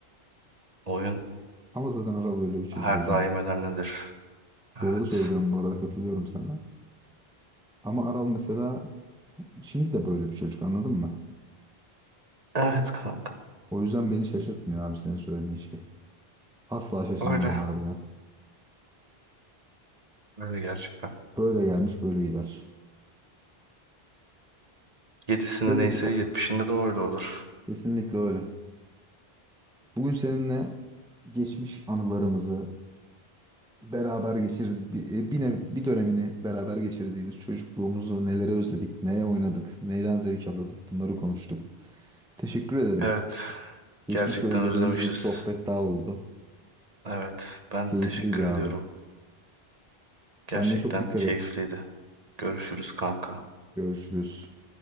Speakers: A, on the right (about 40°); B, in the centre.
A: Oyun
B: Ama zaten Aral öyle bir çocuk
A: her
B: hocam.
A: daim önemlidir.
B: Doğru
A: Evet.
B: söylüyorum bu arada katılıyorum sana. Ama Aral mesela şimdi de böyle bir çocuk anladın mı?
A: Evet kanka.
B: O yüzden beni şaşırtmıyor abi senin söylediğin şey. Asla şaşırmadım
A: Öyle.
B: arada.
A: Öyle gerçekten.
B: Böyle gelmiş böyle gider.
A: Yedisinde
B: Evet
A: neyse
B: abi.
A: yetmişinde de öyle olur.
B: Kesinlikle öyle. Bugün seninle geçmiş anılarımızı beraber geçir bir, e, bir, nev- bir dönemini beraber geçirdiğimiz çocukluğumuzu nelere özledik, neye oynadık, neyden zevk alıyorduk bunları konuştuk. Teşekkür ederim.
A: Evet.
B: Geçmişi
A: Gerçekten
B: özlediğimiz
A: özlemişiz.
B: bir sohbet daha oldu.
A: Evet. Ben
B: Keyifliydi
A: teşekkür ediyorum.
B: abi. Kendine
A: Gerçekten
B: çok dikkat
A: keyifliydi.
B: et.
A: Görüşürüz kanka.
B: Görüşürüz.